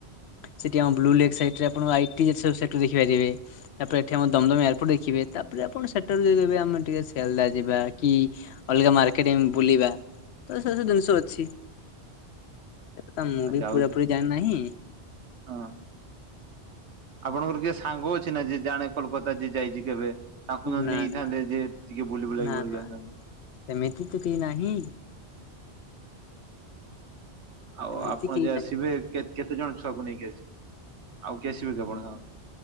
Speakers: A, on the left (about 75°); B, on the right (about 85°).
A: ସେଠି ଆମ ବ୍ଲୁଲେଗ୍ ସାଇଟ ରେ ଆପଣ ଆଇଟି <unintelligible> ସେଟି ଦେଖି ପାରିବେ। ତାପରେ ଏଠି ଆମ ଦମଦମ ଏୟାରପୋର୍ଟ ଦେଖିବେ ତାପରେ ଆପଣ ସେଠାରୁ ଯେ ଆମେ ଟିକେ ସେଲଦା ଯିବା କି ଅଲଗା ମାର୍କେଟ ବୁଲିବା ତ ସେ ସବୁ ଜିନିଷ ଅଛି। ଏଟା ମୁଁ
B: ଆ
A: ବି
B: ଯାଉ
A: ପୁରାପୁରି ଜାଣିନାହିଁ।
B: ହଁ। ଆପଣଙ୍କର କିଏ ସାଙ୍ଗ ଅଛି ନା ଯେ ଜାଣେ କୋଲକାତା ଯିଏ ଯାଇଛି କେବେ? ତାକୁ ନ
A: ନା
B: ନେଇଥାନ୍ତେ
A: ନା
B: ଯେ ଟିକେ ବୁଲିବୁଲାକି
A: ନା
B: ଭଲକି
A: ନା
B: ଆସିଥାନ୍ତି।
A: ସେମିତି ତ କେହି ନାହିଁ।
B: ଆଉ
A: ସେମିତି
B: ଆପଣ
A: କେହି
B: ଯେ ଆସିବେ
A: ନାହିଁ।
B: କେ କେତେ ଜଣ ଛୁଆକୁ ନେଇକି ଆସିବେ ଆଉ କିଏ ଆସିବେ କି ଆପଣଙ୍କ ସାଙ୍ଗର?